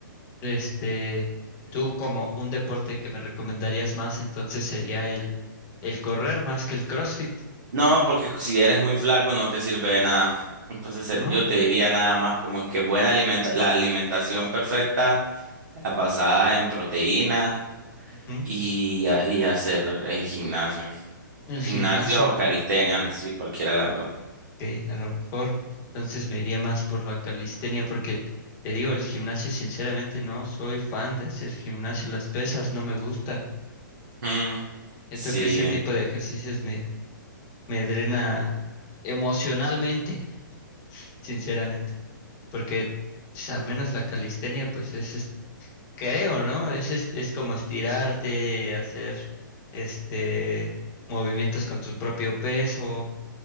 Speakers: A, on the left; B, on the right.
A: este, tú como un deporte que me recomendarías más, entonces sería el, el correr más que el CrossFit,
B: No, porque si eres muy flaco no te sirve de nada. Entonces eh,
A: ¿no?
B: yo te diría nada más como que buena alimenta la alimentación perfecta, eh, basada en proteínas
A: Ujú.
B: y, a- y hacer eh, gimnasio.
A: El
B: Gimnasio
A: gimnasio,
B: o calistenia, sí, cualquiera de las dos.
A: ok, a lo mejor, entonces me iría más por la calistenia, porque te digo, el gimnasio, sinceramente, no soy fan de hacer gimnasio, las pesas no me gustan.
B: Mm,
A: Siento
B: sí,
A: que ese tipo de ejercicios me, me drena emocionalmente, sinceramente, porque s- al menos la calistenia, pues es Creo, ¿no? Es, es, es como estirarte, hacer este movimientos con tu propio peso,